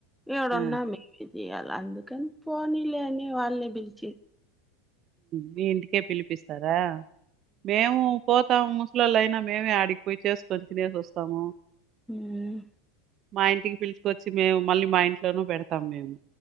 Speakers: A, in the centre; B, on the right.
A: ఏవడన్నా
B: ఆ,
A: చేయ్యాల అందుకని పోనీలేని వాళ్ళే పిలిచి
B: మీ ఇంటికే పిలిపు స్తారా మేము పోతాం ముసలోళ్ళు అయినా మేమే ఆడి పే చేసుకొని తినేసివస్త్ మూ
A: ఉమ్
B: మా ఇంటికి పిలుచుకొచ్చ వి మేము మళ్ళీ మా ఇంట్లోనూ పెడతాం మేము